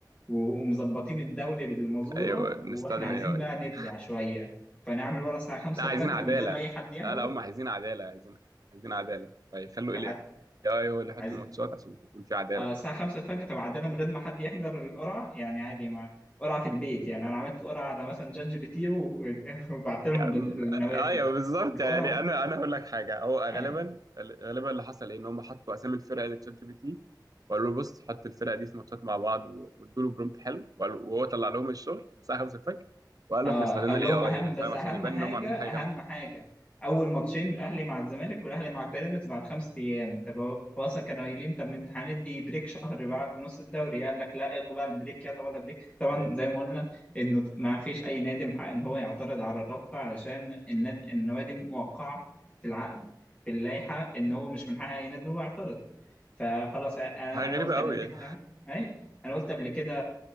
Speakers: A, on the left; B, on the right.
A: ومظبطين الدوري بالمزورة
B: ايوه بنستخدم
A: واحنا عايزين
B: الاي اي
A: بقى نبدع شوية فنعمل ورا الساعة 5
B: لا عايزين
A: الفجر
B: عدالة
A: من غير اي حد يحضر
B: لا لا هم عايزين عدالة عايزين عايزين عدالة فيخلوا
A: ع-
B: ال AI هو اللي يحط
A: عايز
B: الماتشات عشان تكون في عدالة
A: اه
B: بقى
A: الساعة خمسة الفجر طب عادة من غير ما حد يحضر القرعة يعني عادي مع قرعة في البيت يعني أنا عملت قرعة على مثلا جات جي بي تي و- <laughs> وبعت لهم
B: يعني
A: النتائج
B: ايوه بالظبط
A: والقرعة
B: يعني
A: ب...
B: انا انا هقول لك حاجة هو غالبا
A: أي.
B: غالبا اللي حصل ايه ان هم حطوا اسامي الفرق لتشات جي بي تي وقالوا له بص حط الفرق دي في ماتشات مع بعض و- وادوا له برومبت حلو وقالوا- وهو طلع لهم الشغل الساعة 5 الفجر وقال
A: اه
B: له احنا استخدمنا
A: قال
B: الاي
A: لهم
B: اي
A: اهم بس
B: فاهم
A: اهم
B: عشان يبان
A: حاجه
B: ان هم عاملين
A: اهم
B: حاجة جامدة
A: حاجه اول ماتشين الاهلي مع الزمالك والاهلي مع بيراميدز بعد خمس ايام طب هو هو اصلا كانوا قايلين طب ما انت هندي بريك شهر بقى في نص الدوري قال لك لا الغوا بقى البريك يلا ولا بريك طبعا
B: يعني
A: زي ما قلنا انه ما فيش اي نادي من حقه ان هو يعترض على الرابطه علشان النادي النوادي موقعه في العقد في اللائحه ان هو مش من حق اي نادي ان هو يعترض فخلاص انا
B: حاجة
A: أنا
B: غريبة
A: قلت
B: قوي
A: قبل
B: يعني
A: كده اي انا قلت قبل كده